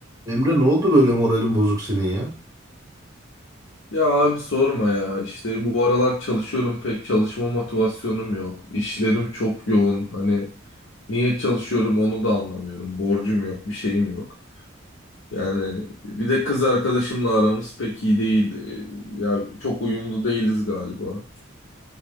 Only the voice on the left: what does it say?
Ya abi sorma ya işte bu aralar çalışıyorum pek çalışma motivasyonum yok. İşlerim çok yoğun hani niye çalışıyorum onu da anlamıyorum. Borcum yok bir şeyim yok. Yani bir de kız arkadaşımla aramız pek iyi değil. Ee, Ya çok uyumlu değiliz galiba.